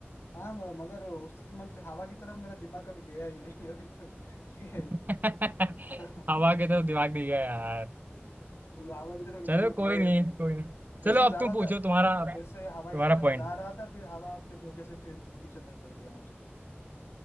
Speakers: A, on the left; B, on the right.
A: हाँ म- मगर उसकी मतलब हवा की तरफ मेरा दिमाग कभी गया ही नहीं <laughs> अभी तक ठीक है
B: <laughs>
A: <laughs> हवा
B: हवा के तो दिमाग नहीं गया यार
A: की तरफ
B: चलो
A: दिमाग
B: कोई
A: गया ही
B: नहीं
A: नहीं
B: कोई नहीं चलो
A: ऐसे
B: अब
A: जा
B: तुम
A: रहा
B: पूछो
A: था
B: तुम्हारा
A: ऐसे हवा
B: तुम्हारा
A: की तरफ
B: पॉइंट
A: जा रहा
B: <laughs>
A: था फिर हवा अपने झोंके से फिर पीछे धकेल दिया मुझे